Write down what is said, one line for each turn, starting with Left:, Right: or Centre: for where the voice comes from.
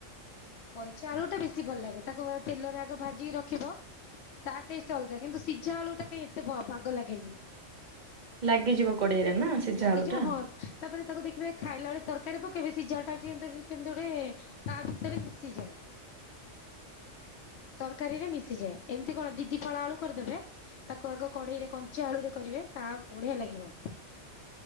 Left: କଞ୍ଚା ଆଳୁ ଟା ବେଶୀ ଭଲ ଲାଗେ ତାକୁ ତେଲରେ ଆଗ ଭାଜିକି ରଖିବ। ତା ଟେଷ୍ଟ ଅଲଗା କିନ୍ତୁ ସିଝା ଆଳୁ ଟା କାଇହିଁ ଏତେ ଭାଗ ଲାଗେନି।
Right: ଲାଗିଯିବ କଡେଇରେ ନା ସିଝାଆଳୁଟା।
Left: ଲାଗିଯିବ ହଁ ତାପରେ ତାକୁ ଦେଖିବେ ଖାଇଲା ବେଳେ ତରକାରୀ ପକେଇବେ ସିଝା ଆଳୁଟା କେମିତି ଗୋଟେ ତା ଭିତରେ ମିଶିଯାଏ। ତରକାରୀରେ ମିଶିଯାଏ ଏମିତି କଣ ଦି ଦିଫାଳ ଆଳୁ କରିଦେବେ? ତାକୁ ଆଗ କଢେଇରେ କଞ୍ଚା ଆଳୁରେ କରିବେ ତାହା ବଢିଆ ଲାଗିବ।